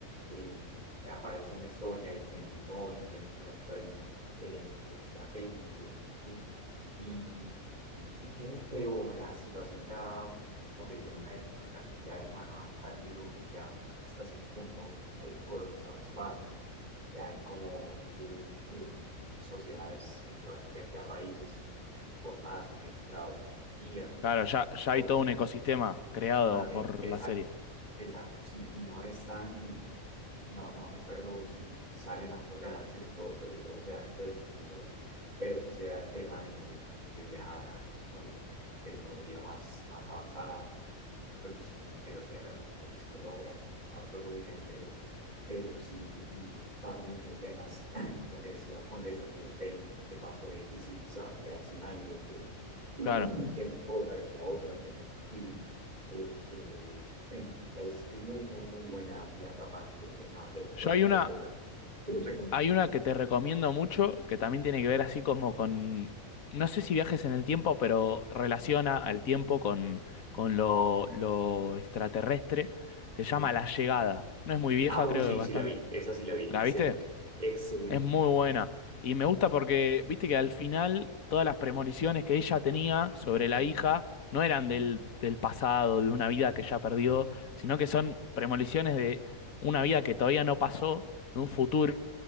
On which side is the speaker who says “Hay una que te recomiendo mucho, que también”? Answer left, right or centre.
Left